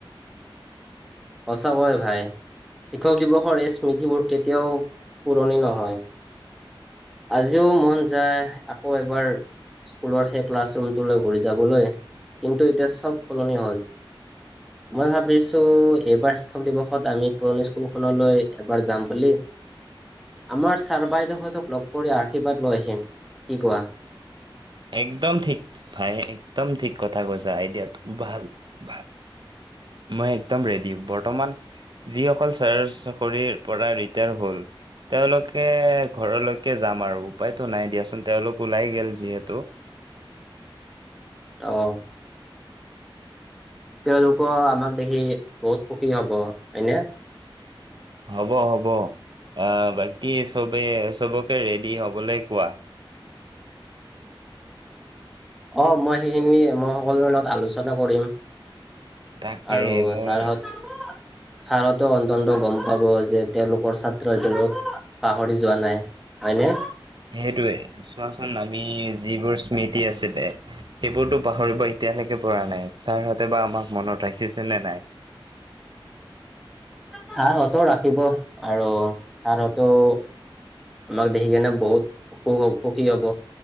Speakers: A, in the centre; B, on the right (about 55°).
A: সঁচাকৈ ভাই শিক্ষক দিৱসৰ এই স্মৃতিবোৰ কেতিয়াও পুৰণি নহয়। আজিও মন যায় আকৌ এবাৰ স্কুলৰ সেই ক্লাছৰুমটোলৈ ঘূৰি যাবলৈ কিন্তু এতিয়া চব সলনি হল মই ভাবিছো এইবাৰ শিক্ষক দিৱসত আমি পুৰণি স্কুলখনলৈ এবাৰ যাম বুলি। আমাৰ ছাৰ বাইদেউহঁতক লগ কৰি আশীৰ্বাদ লৈ আহিম কি কোৱা।
B: একদম ঠিক ভাই একদম ঠিক কথা কৈছা আইডিয়া ভাল-ভাল মই একদম ৰেডি, বৰ্তমান যিসকল চাৰ চাকৰিৰ পৰা ৰিটায়াৰ হল তেওঁলোকে ঘৰলৈকে যাম আৰু উপায়তো নাই দিয়াচোন তেওঁলোক ওলাই গল যিহেতু তো,
A: অহ। তেওঁলোকওঁ আমাক দেখি বহুত সুখী হব হয়নে।
B: হ'ব-হ'ব আ, বাকী চবে চবকে ৰেডি হবলৈ কোৱা।
A: অ মই সেইখিনি মই সকলোৰে লগত আলোচনা কৰিম।
B: তাকে
A: আৰু
B: মই
A: ছাৰ আহক। ছাৰহতেও অন্তন্ত গম পাব যে তেওঁলোকৰ ছাত্ৰই যে মোক পাহৰি যোৱা নাই হয়নে।
B: সেইটোৱে, চোৱাচোন আমি যিবোৰ স্মৃতি আছিল। সেইবোৰতো পাহৰিব এতিয়ালৈকে পৰা নাই ছাৰহতে বা আমাক মনত ৰাখিছে নে নাই।
A: ছাৰহঁতেও ৰাখিব আৰু ছাৰহঁতেও আমাক দেখি কেনে বহুত সুখ-সুখী হ'ব।